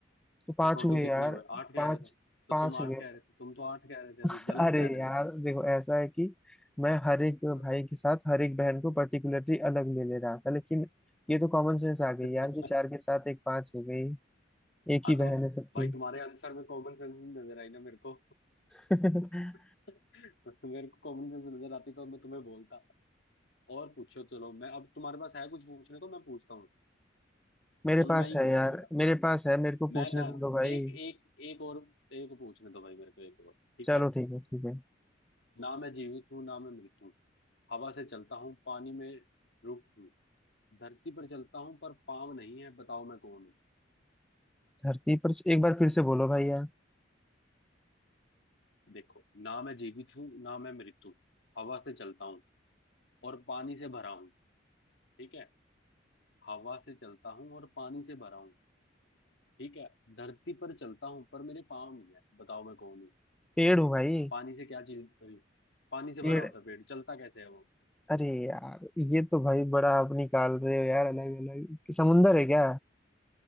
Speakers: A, in the centre; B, on the left.
A: तो पांच
B: तो टोटल
A: हुए
B: कितने
A: यार
B: हुए आठ कह
A: पांच
B: रहे थे तो
A: पांच
B: तुम आठ
A: हुए
B: कह रहे थे तुम तो आठ कह रहे थे अभी
A: अरे
B: गलत कह रहे
A: यार
B: थे तुम
A: देखो ऐसा है कि मैं हर एक भाई
B: हाँ
A: के साथ हर एक बहन को पर्टिकुलरली अलग ले ले रहा था लेकिन ये तो कॉमन सेंस आ गई
B: <laughs>
A: यार कि चार के साथ एक पांच हो गई एक
B: हाँ,
A: ही बहन
B: तो
A: है सबकी
B: भाई तुम्हारे आंसर में कॉमन सेंस नहीं नजर आई ना मेरे को
A: <laughs>
B: <laughs> मेरे को कॉमन सेंस नजर आती तो मैं तुम्हें बोलता और पूछो चलो मैं अब तुम्हारे पास है कुछ पूछने को मैं पूछता हूँ
A: मेरे
B: चलो
A: पास
B: मैं ही
A: है
B: पूछता
A: यार
B: हूँ यार
A: मेरे पास है मेरे को
B: मैं
A: पूछने
B: ना
A: तो दो भाई
B: एक एक एक और एक पूछने दो भाई मेरे को एक और ठीक
A: चलो
B: है
A: ठीक है ठीक है
B: ना मैं जीवित हूँ ना मैं मृत हूँ हवा से चलता हूँ पानी में रुक हूँ धरती पर चलता हूँ पर पाँव नहीं है बताओ मैं कौन हूँ
A: धरती पर एक बार फिर से बोलो भाई यार
B: देखो ना मैं जीवित हूँ ना मैं मृत हूँ हवा से चलता हूँ और पानी से भरा हूँ ठीक है हवा से चलता हूँ और पानी से भरा हूँ ठीक है धरती पर चलता हूँ पर मेरे पाँव नहीं है बताओ मैं कौन हूँ
A: पेड़ हूँ भाई
B: पानी से क्या चीज अरे, पानी से
A: पेड़
B: भरा होता है पेड़ चलता कैसे है वो
A: अरे यार ये तो भाई बड़ा आप निकाल रहे हो यार अलग अलग समुंदर है क्या